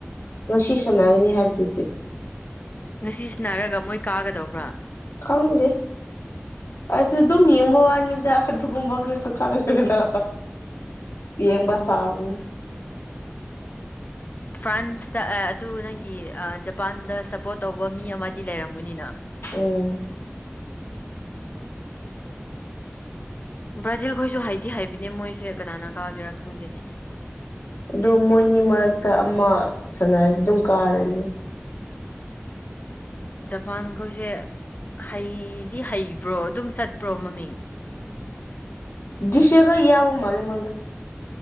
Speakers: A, on the left; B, on the left.
A: ꯉꯁꯤ ꯁꯥꯟꯅꯒꯅꯤ ꯍꯥꯏꯕꯗꯨꯗꯤ
B: ꯉꯁꯤꯁꯤꯅꯔꯒ ꯃꯣꯏ ꯀꯥꯒꯗꯧꯕ꯭ꯔꯥ
A: ꯈꯪꯗꯦ ꯑꯁ ꯑꯗꯨꯝ ꯌꯦꯡꯕ ꯋꯥꯅꯤꯗ ꯑꯗꯨꯒꯨꯝꯕ ꯈꯔꯁꯨ ꯈꯪꯉꯦꯗ ꯌꯦꯡꯕ ꯆꯥꯎꯅꯤ
B: ꯐ꯭ꯔꯥꯟꯁꯇ ꯑꯗꯨ ꯅꯪꯒꯤ ꯖꯄꯥꯟꯗ ꯁꯞꯄꯣꯔꯠ ꯇꯧꯕ ꯃꯤ ꯑꯃꯗꯤ ꯂꯩꯔꯝꯒꯅꯤꯅ
A: ꯎꯝ
B: ꯕ꯭ꯔꯥꯖꯤꯜ ꯈꯣꯏꯁꯨ ꯍꯥꯏꯗꯤ ꯍꯥꯏꯕꯅꯦ ꯃꯣꯏꯁꯦ ꯀꯅꯥꯅ ꯀꯥꯒꯦꯔꯥ ꯈꯪꯗꯦꯅꯦ
A: ꯑꯗꯨ ꯃꯣꯏꯅꯤ ꯃꯔꯛꯇ ꯑꯃ ꯁꯥꯟꯅꯔ ꯑꯗꯨꯝ ꯀꯥꯔꯅꯤ
B: ꯖꯄꯥꯟꯈꯣꯏꯁꯦ ꯍꯩꯗꯤ ꯍꯩꯕ꯭ꯔꯣ ꯑꯗꯨꯝ ꯆꯠꯄ꯭ꯔꯣ ꯃꯃꯤꯡ
A: ꯗꯤꯁ ꯌꯔꯒ ꯌꯎꯕ ꯃꯥꯂꯦ ꯃꯣꯏꯗ